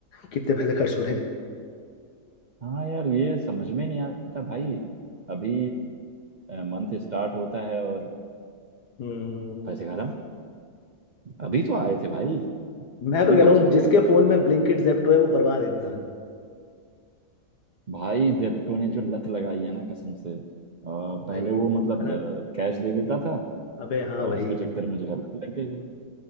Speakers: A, on the left; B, on the right.
A: कितने पैसे खर्च हो रहे हैं
B: हाँ यार ये समझ में नहीं आता भाई अभी मंथ स्टार्ट होता है और अ,
A: हम्म
B: पैसे खत्म अभी तो आए थे भाई
A: मैं
B: अभी
A: तो कह
B: कहाँ
A: रहा हूँ
B: चले
A: जिसके
B: गए
A: फोन में ब्लिंकिट जेप्टो है वो बर्बाद है इंसान
B: भाई जेप्टो ने जो लत लगाई है ना कसम से अ, पहले
A: भाई
B: वो मतलब
A: अरे
B: कैश दे देता था
A: अबे हाँ
B: और
A: भाई
B: उसके चक्कर में जो है लत लग गई